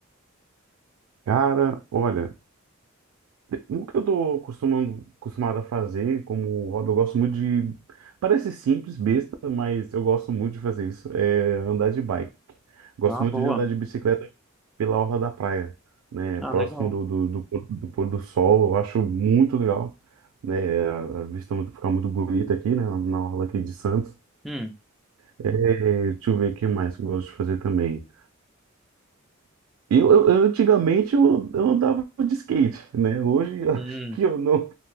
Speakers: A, on the right; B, in the centre.
A: Cara, olha, o que eu tô acostumando, acostumado a fazer como hobby, eu gosto muito de. Parece simples, besta, mas eu gosto muito de fazer isso, é andar de bike. Gosto
B: Ah,
A: muito
B: boa.
A: de andar de bicicleta pela orla da praia, né?
B: Ah,
A: Próximo
B: legal.
A: do, do, do, pôr do pôr do sol, eu acho muito legal, né? A a vista muito- fica muito bonita aqui, né? Na orla aqui de Santos.
B: Hum,
A: É, deixa eu ver o que mais que eu gosto de fazer também. Eu, eu- eu antigamente eu, eu andava de skate, né? Hoje <laughs> eu
B: hum.
A: acho que eu não